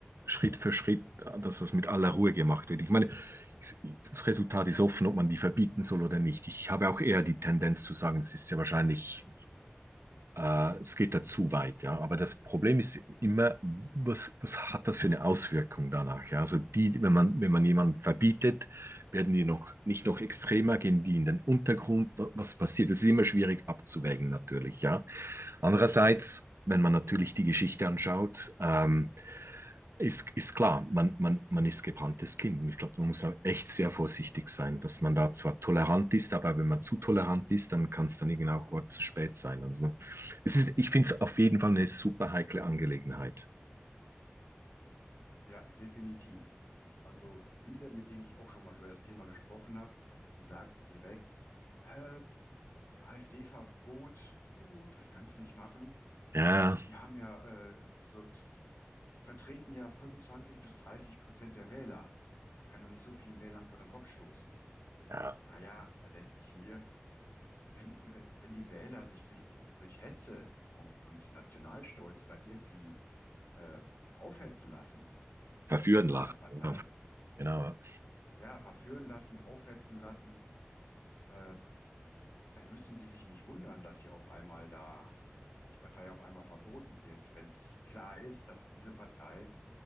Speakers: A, on the right; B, on the left.
A: Schritt für Schritt, dass das mit aller Ruhe gemacht wird. Ich meine, das Resultat ist offen, ob man die verbieten soll oder nicht. Ich habe auch eher die Tendenz zu sagen, es ist ja wahrscheinlich äh, es geht da zu weit, ja. Aber das Problem ist immer, was, was hat das für eine Auswirkung danach? Ja? Also die, wenn man, wenn man jemanden verbietet, werden die noch nicht noch extremer, gehen die in den Untergrund. Wa- Was passiert? Das ist immer schwierig abzuwägen, natürlich, ja. Andererseits, wenn man natürlich die Geschichte anschaut, ähm, ist, ist klar, man, man, man ist gebranntes Kind. Und ich glaube, man muss da echt sehr vorsichtig sein, dass man da zwar tolerant ist, aber wenn man zu tolerant ist, dann kann es dann irgendwann auch zu spät sein. Also es ist, ich finde es auf jeden Fall eine super heikle Angelegenheit.
B: Ja, definitiv. Also viele, mit denen ich auch schon mal über das Thema gesprochen habe, die sagten direkt, äh, AfD-Verbot, oh, das kannst du nicht machen.
A: Ja,
B: die haben ja äh, so, die vertreten ja 25 bis 30 Prozent der Wähler. Man kann doch nicht so vielen Wählern vor den Kopf stoßen.
A: ja
B: Naja, da denke ich mir, wenn, wenn die Wähler sich durch, diese- durch Hetze und Nationalstolz da irgendwie äh, aufhetzen lassen
A: verführen
B: von
A: lassen.
B: einer Partei,
A: Genau.
B: ja, verführen lassen, aufhetzen lassen, äh, dann müssen die sich nicht wundern, dass sie auf einmal da, dass die Partei auf einmal verboten wird, wenn es klar ist, dass diese Partei